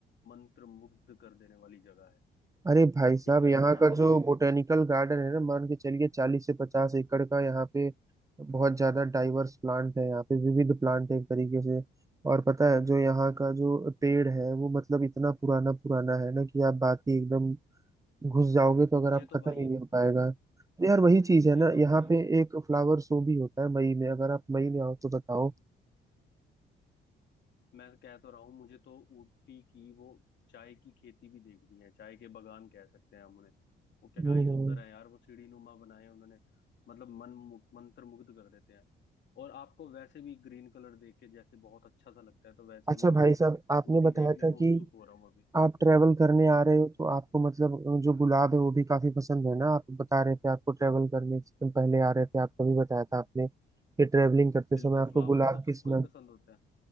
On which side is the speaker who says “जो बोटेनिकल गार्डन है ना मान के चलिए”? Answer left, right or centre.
Right